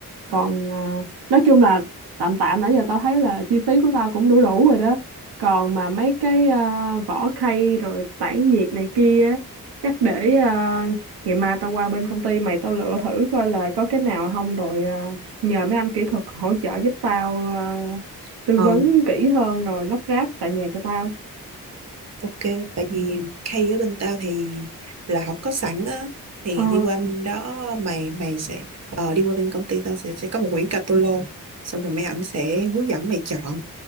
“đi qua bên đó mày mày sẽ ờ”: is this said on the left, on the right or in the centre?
Right